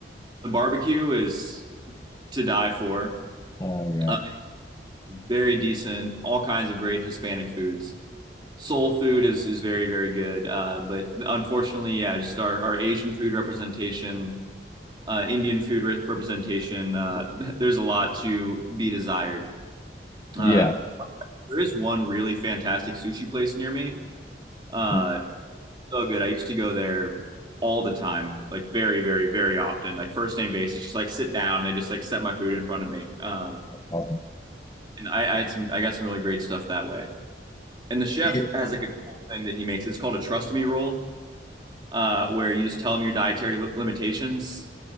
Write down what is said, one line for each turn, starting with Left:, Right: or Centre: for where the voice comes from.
Right: the barbecue is to die for.
Left: Oh, yeah.
Right: Uh, very decent, all kinds of great Hispanic foods. Soul food is is very, very good. Uh, but unfortunately, yeah, just our, our Asian food representation, uh, Indian food re- representation, uh, <laughs> there's a lot to be desired.
Left: Yeah.
Right: Uh, there is one really fantastic sushi place near me. Uh,
Left: Mm-hmm.
Right: so good. I used to go there all the time, like very, very, very often. Like first name basis, just like sit down and they just like set my food in front of me. Um,
Left: Awesome.
Right: and I, I had some, I got some really great stuff that way. And the chef
Left: Yeah.
Right: has like a cool thing that he makes. It's called a trust me roll, uh, where you just tell him your dietary li- limitations,